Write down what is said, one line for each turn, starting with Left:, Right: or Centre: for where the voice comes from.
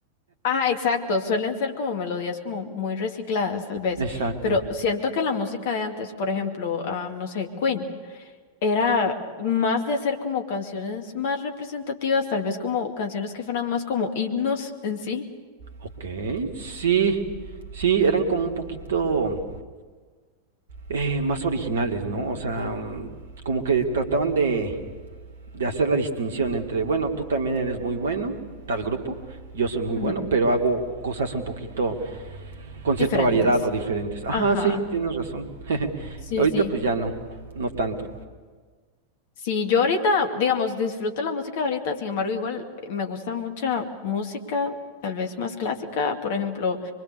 Left: ajá, exacto, suelen ser como melodías como muy recicladas tal vez,
Right: Exacto.
Left: pero siento que la música de antes, por ejemplo, ah, no sé, Queen, era más de hacer como canciones más representativas, tal vez como canciones que fueran más como himnos en sí,
Right: Ok, sí, sí, eran como un poquito eh, más originales, ¿no? O sea, mm, como que trataban de, de hacer la distinción entre, bueno, tú también eres muy bueno, tal grupo, yo soy muy
Left: ujú,
Right: bueno, pero hago cosas un poquito con
Left: diferentes.
Right: cierta variedad o diferentes. Ajá,
Left: Ajá,
Right: sí, tienes razón. <laughs>
Left: sí,
Right: Ahorita
Left: sí.
Right: pues ya no, no tanto.
Left: Sí, yo ahorita, digamos, disfruto la música de ahorita, sin embargo, igual eh, me gusta mucha música, tal vez más clásica, por ejemplo,